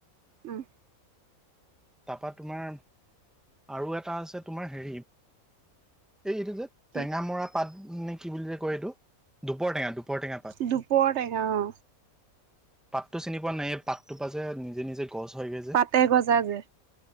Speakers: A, on the right (about 65°); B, in the centre.
A: উ'ম।
B: তাৰপা তোমাৰ আৰু এটা আছে তোমাৰ হেৰি। এই এইটো যে
A: কি
B: টেঙামৰা পাত নে কি বুলি যে কয় এইটো দুপৰ টেঙা দুপৰ টেঙা পাট।
A: দুপৰটেঙা অ'হ।
B: পাতটো চিনি পোৱা নাইে পাতটো পা যে নিজে নিজে গছ হয়গৈ যে।
A: পাতে গজা যে